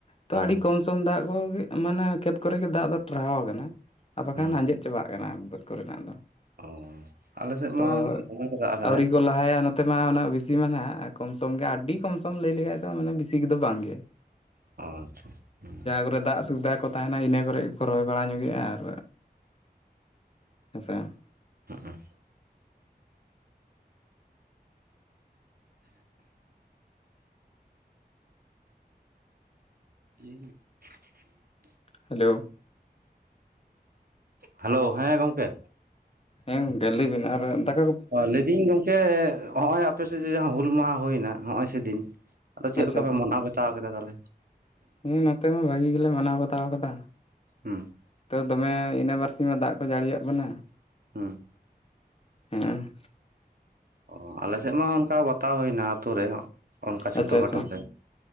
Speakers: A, on the left (about 35°); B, on the right (about 65°).
A: ᱛᱚ
B: ᱦᱩᱸ
A: ᱟᱰᱤ ᱠᱚᱢ ᱥᱚᱢ ᱫᱟᱜ ᱠᱚᱜᱮ ᱢᱟᱱᱮ ᱠᱷᱮᱛ ᱠᱚᱨᱮ ᱜᱮ ᱫᱟᱜ ᱫᱚ ᱴᱟᱨᱦᱟᱣ ᱟᱠᱟᱱᱟ ᱟᱨ
B: ᱦᱩᱸ
A: ᱵᱟᱠᱷᱟᱱ ᱟᱸᱡᱮᱫ ᱪᱟᱵᱟᱜ ᱠᱟᱱᱟ ᱵᱟᱹᱫᱽ ᱠᱚᱨᱮ ᱱᱟᱜ ᱫᱚ
B: ᱚ ᱟᱞᱮ ᱥᱮᱫ
A: ᱛᱚ
B: ᱢᱟ ᱫᱚᱢᱮ ᱜᱮ ᱫᱟᱜ ᱟᱠᱟᱫᱟᱭ
A: ᱟᱹᱣᱨᱤ ᱠᱚ ᱞᱟᱦᱟᱭᱟ <unintelligible> ᱛᱮᱢᱟ ᱚᱱᱟ ᱵᱤᱥᱤ ᱢᱟᱱᱟᱜ ᱠᱚᱢ ᱥᱚᱢ ᱜᱮ ᱟᱰᱤ ᱠᱚᱢ ᱥᱚᱢ ᱞᱟᱹᱭ ᱞᱮᱠᱷᱷᱟᱡ ᱫᱚ ᱢᱟᱱᱮ ᱵᱤᱥᱤ ᱠᱚᱫᱚ ᱵᱟᱝ ᱜᱮ
B: ᱚ ᱟᱪᱷᱟ ᱦᱩ
A: ᱠᱚᱨᱮ ᱫᱟᱜ ᱥᱩᱵᱫᱷᱟ ᱠᱚ ᱛᱟᱦᱮᱱᱟ ᱤᱱᱟᱹ ᱠᱚᱨᱮ ᱜᱮᱠᱚ ᱨᱚᱦᱚᱭ ᱵᱟᱲᱟ ᱧᱚᱜᱮᱫᱼᱟ ᱟᱨ ᱦᱮᱸᱥᱮ
B: <unintelligible> <inaudible>
A: ᱦᱮᱞᱚ
B: ᱦᱮᱞᱚ ᱦᱮ ᱜᱚᱝᱠᱮ
A: ᱦᱮ ᱜᱚᱝᱠᱮ ᱞᱟᱹᱭ ᱵᱤᱱ ᱟᱨ ᱫᱟᱠ
B: ᱞᱮᱭᱫᱮᱧ ᱜᱚᱝᱠᱮ ᱦᱚᱜᱚᱭ ᱟᱯᱮ ᱥᱮᱫ ᱡᱟᱦᱟᱸ ᱦᱩᱞ ᱢᱟᱦᱟ ᱦᱳᱭᱱᱟ ᱦᱚᱜᱼᱚᱭ ᱥᱮᱫᱤᱱ ᱟᱫᱚ ᱪᱮᱫ
A: ᱟᱪᱪᱷᱟ
B: ᱞᱮᱠᱟ ᱯᱮ ᱢᱟᱱᱟᱣ ᱵᱟᱛᱟᱣ ᱠᱮᱫᱟ ᱛᱟᱦᱚᱞᱮ
A: ᱦᱩ ᱱᱚᱛᱮ ᱢᱟ ᱵᱷᱟᱹᱜᱤ ᱜᱮᱞᱮ ᱢᱟᱱᱟᱣ ᱵᱟᱛᱟᱣ ᱟᱠᱟᱫᱟ
B: ᱦᱩ
A: ᱛᱚ ᱫᱚᱢᱮ ᱤᱱᱟᱹ ᱵᱟᱨᱥᱤᱧ ᱢᱟ ᱫᱟᱜ ᱠᱚ ᱡᱟᱲᱤᱭᱟᱜ ᱵᱚᱱᱟ
B: ᱦᱩ
A: ᱦᱮ
B: ᱚ ᱟᱞᱮ ᱥᱮᱜ ᱢᱟ ᱚᱱᱠᱟ ᱵᱟᱛᱟᱣ ᱦᱩᱭᱱᱟ ᱟᱛᱩ ᱨᱮ ᱚᱱᱠᱟ ᱪᱷᱳᱴᱳ
A: ᱟᱪᱪᱷᱟ
B: ᱠᱷᱟᱴᱳ
A: ᱟᱪᱪᱷᱟ
B: ᱛᱮ,